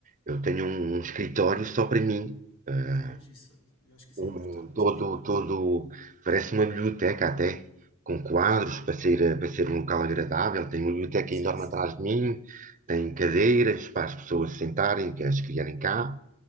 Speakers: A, on the right; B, on the left.
A: Eu tenho um, um escritório só para mim. eh,
B: pois, isso, eu acho que isso
A: um,
B: é importante
A: todo,
B: e eu não
A: todo,
B: tenho.
A: parece uma biblioteca até, com quadros para ser, para ser um local agradável. Tem uma biblioteca
B: Sim,
A: enorme
B: sim.
A: atrás de mim, tem cadeiras para as pessoas se sentarem, que as criarem cá,